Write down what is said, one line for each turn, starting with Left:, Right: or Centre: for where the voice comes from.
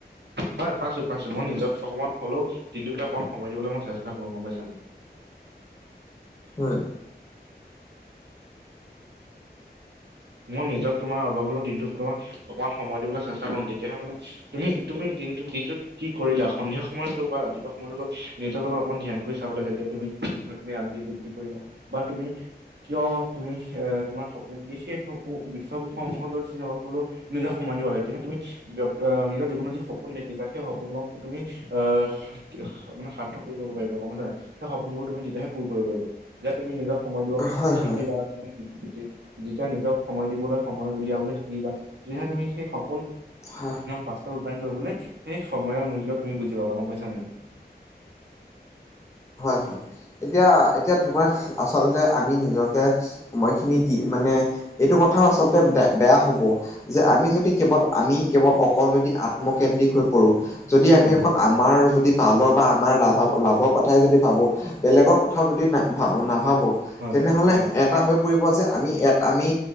Right: হয় পাইছো পাইছো মই নিজক অকণমান হ'লেও দিনটোৰ ভিতৰত অকণমান সময় দিবলৈ মই চেষ্টা কৰো গম পাইছা নাই।
Left: হয়।
Right: মই নিজক তোমাৰ অলপ হ'লেও দিনটোত অকণমান সময় দিবলৈ চেষ্টা কৰো, তেতিয়াহে মানে তুমি তুমি দিনটো দিনটোত কি কৰিলা সন্ধিয়া সময়ত হওঁক বা ৰাতিপুৱা সময়ত অলপ নিজৰ লগত অকণমান ধ্যান কৰি চাব লাগে যে তুমি নহয় তুমি আজিৰ দিনটোত কি কৰিবা বা তুমি কিয় তুমি আহ তোমাৰ সপোন কি শেষ সপো বিশ্ব বিষয় সমূহলৈ তুমি অলপ হ'লেও নিজে সময় দিব লাগে, তেতিয়া হে তুমি আহ নিজ জীৱনৰ যি সপোন দেখিছা সেই সপোনক তুমি আহ মানে সাৰ্থক কৰিব পাৰিবা গম পাইছা নে নাই সেই সপোনবোৰ তুমি তেতিয়াহে পূৰ কৰিব পাৰিব, যে তুমি নিজক সময় দিব
Left: হয়
Right: শিকিবা
Left: হয়
Right: তুমি যে যেতিয়া নিজক সময় দিবলৈ সময় উলিয়াবলৈ শিকিবা তেতিয়াহে তুমি সেই সপোন
Left: হা
Right: বাস্তৱ ৰূপায়ণ কৰিবলৈ সেই সময়ৰ মূল্য তুমি বুজি পাবা গম পাইছা নে নাই।
Left: হয় হয় এতিয়া এতিয়া তোমাৰ আচলতে আমি নিজকে সময় খিনি দি মানে এইটো কথাও আচলতে বে বেয়া হ'ব। যে আমি যদি কেৱল আমি কেৱল অ অকল যদি আত্মকেন্দ্ৰিক হৈ পৰো, যদি আমি
Right: হয়
Left: অকল আমাৰ যদি ভালৰ বা আমাৰ লা ভা লাভৰ কথাই যদি ভাবো, বেলেগৰ কথাই যদি না ভা নাভাবো
Right: হয়
Left: তেনেহ'লে
Right: হয়
Left: এটা হৈ পৰিব যে আমি এট আমি